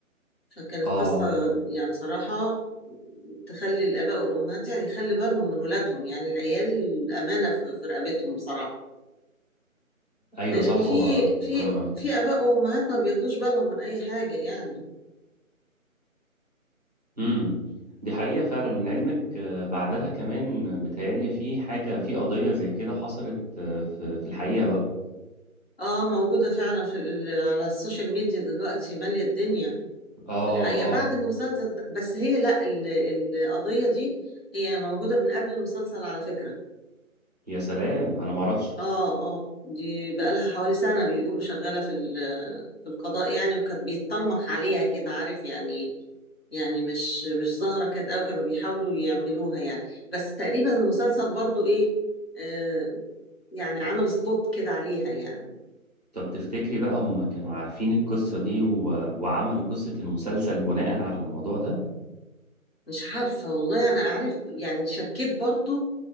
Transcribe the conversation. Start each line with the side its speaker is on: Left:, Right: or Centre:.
Left: فكانت
Right: آه
Left: قصة يعني بصراحة تخلي الآباء والأمهات يعني يخلي بالهم من ولادهم يعني العيال أمانة في في رقبتهم بصراحة
Right: ايوه
Left: لأن
Right: صح
Left: في
Right: هو اه
Left: في
Right: اه
Left: في آباء وأمهات ما بياخدوش بالهم من أي حاجة يعني
Right: امم دي حقيقة فعلا علمك آه، بعدها كمان بتهيألي في حاجة في قضية زي كده حصلت آه، في في الحقيقة بقى
Left: اه موجودة فعلا في ال- على السوشيال ميديا دلوقتي مالية الدنيا
Right: اه
Left: الحقيقة
Right: اه
Left: بعد المسلسل ده بس هي لا ال- القضية دي هي موجودة من قبل المسلسل على فكرة
Right: يا سلام انا معرفش
Left: اه اه دي بقالها حوالي سنة بيقولوا شغالة في ال- في القضاء يعني وكانت بيتطرمخ عليها كده عارف يعني يعني مش مش ظاهرة كانت قوي كانوا بيحاولوا يعملوها يعني بس تقريبا المسلسل برضو ايه آه يعني عمل سبوت كده عليها يعني
Right: طب تفتكري بقى هم كانوا عارفين القصة دي و... وعملوا قصة المسلسل بناء على الموضوع ده؟
Left: مش عارفة والله أنا أعرف يعني شكيت برضو